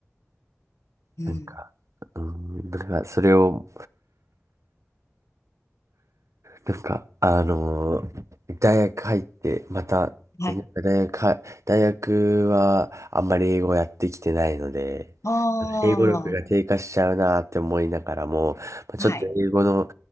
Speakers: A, on the left; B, on the right.
A: うん。
B: なんか、うん、だからそれを、なんか、あのー大学入って、また、
A: はい。
B: でなんか大学は、大学はあんまり英語やってきてないので、
A: あ
B: 英語力が低下しちゃうなって思いながらも、
A: あ、
B: まあ、ちょっと英語の、
A: はい。